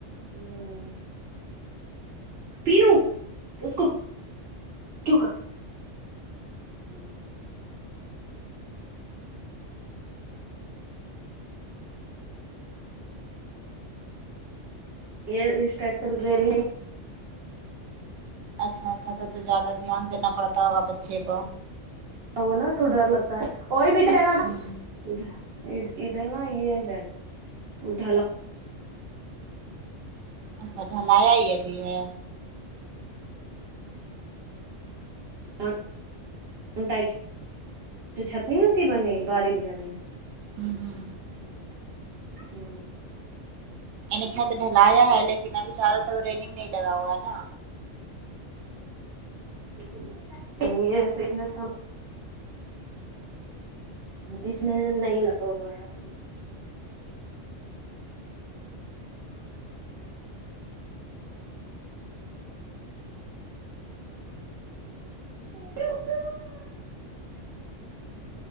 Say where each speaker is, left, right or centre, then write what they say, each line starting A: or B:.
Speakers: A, on the right; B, on the right.
A: ہوں پینو اس کو ٹو کر ہوں یہ اسٹ <unintelligible>
B: اچھا اچھا تو تو زیادہ دھیان دینا پڑتا ہوگا بچے کو
A: ہ نا تو ڈر لگتا ہے وہ ہی بھی ٹھہرا
B: ہوں
A: ادھر ا د ادھر نا یہ ہے ا ڈھلا
B: اچھا ڈھلایا یہ بھی ہے
A: <unintelligible> چھت نہیں ہوتی بنی بارش جاتی ہے
B: ہوں
A: ہوں
B: ان چھت ڈھلایا لیکن ابھی چاروں طرف ریلنگ نہیں لگا ہوا نا
A: <unintelligible> اس میں نہیں لگا ہوا ہے <inaudible>